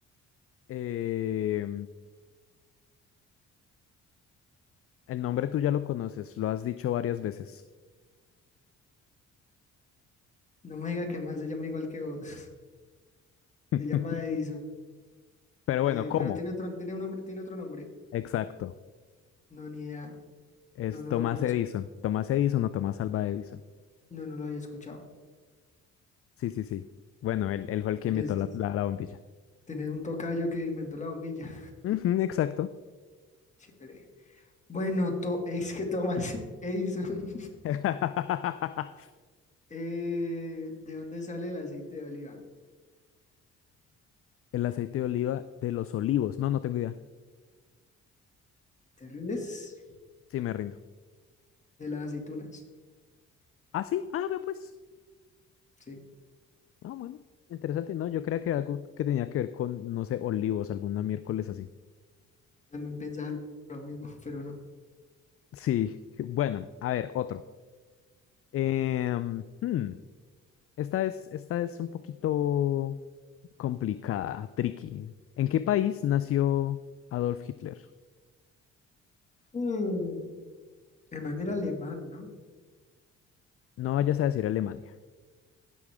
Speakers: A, on the left; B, on the left.
A: Eh, el nombre tú ya lo conoces, lo has dicho varias veces.
B: No me diga que más se llama igual que vos. <laughs>
A: <laughs>
B: Se llama Edison.
A: Pero
B: Eh,
A: bueno, ¿cómo?
B: pero tiene otro, tiene un nombre, tiene otro nombre.
A: Exacto.
B: No, ni idea.
A: Es
B: No, no
A: Tomás
B: lo conozco.
A: Edison. Tomás Edison o Tomás Alva Edison.
B: No, no lo había escuchado.
A: Sí, sí, sí. Bueno, él, él fue el que
B: Tienes,
A: inventó la, la- la bombilla.
B: tienes un tocayo que inventó la bombilla.
A: Ujú, exacto.
B: <laughs> Chévere. Bueno, to- es que Tomás <laughs> Edison. <laughs>
A: <laughs>
B: Eh, ¿de dónde sale el aceite de oliva?
A: El aceite de oliva de los olivos. No, no tengo idea.
B: ¿Te rindes?
A: Sí, me rindo.
B: De las aceitunas.
A: Ah, sí. Ah, ve pues.
B: Sí,
A: Ah, bueno, interesante. No, yo creía que era algo que tenía que ver con, no sé, olivos, alguna miércoles así.
B: también pensaba lo mismo, <laughs> pero no.
A: Sí, bueno, a ver, otro. Em, hmm, esta es, esta es un poquito complicada, tricky. ¿En qué país nació Adolf Hitler?
B: Mm, el man era alemán, ¿no?
A: No vayas a decir Alemania.